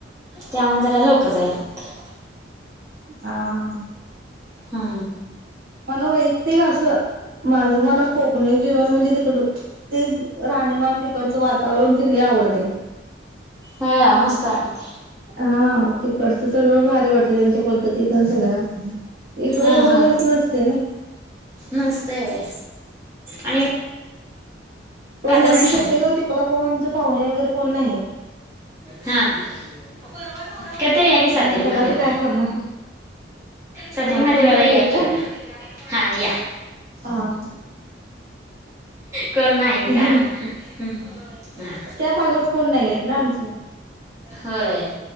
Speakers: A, on the right; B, on the right.
A: त्यामुळे जरा लवकर जाय लागतंय.
B: हा हा.
A: हा.
B: मला वैयक्तिक असं माझं मला को कणी जेवण म्हणजे, तिकडं ते राहणीमान तिकडचं वातावरण तेन लई आवडतंय. <inaudible>
A: हं मस्त वाटतंय.
B: हा. तिकडचं सगळं भारी वाटतंय, त्यांच्या पद्धती तेन सगळ्या. इकडं
A: हा
B: एवढं
A: हा
B: जास्त नसतंय ना.
A: मस्त आहे आणि
B: पण
A: वातावरण
B: आमचं
A: शा
B: शक्यतो तिकडं कोण आमचं पाहुणे वगैरे कोण नाहीयेत.
A: हा. परवा नवरा कधीतरी याकी
B: मग
A: सातेरी
B: त्याला
A: महादेवाला.
B: तर काय करणार
A: सातेरी
B: हा
A: महादेवाला
B: तुमच्याकडे
A: याकी.
B: येऊ काय
A: हा या,
B: हा
A: कोण नाही.
B: हे
A: का
B: नक्की,
A: हा
B: त्या भागात कोण नाहीयेत ना आमचे.
A: होय.